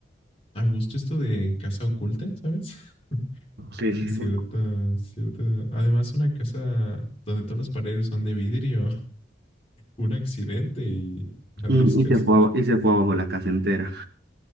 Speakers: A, on the left; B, on the right.
A: a gusto esto de casa oculta, ¿sabes? <laughs>
B: Sí, sí,
A: Cierta,
B: sí.
A: cierta. Además, una casa donde todas las paredes son de vidrio. un accidente y adiós
B: Y,
A: casita.
B: y se fue, aba- y se fue abajo la casa entera.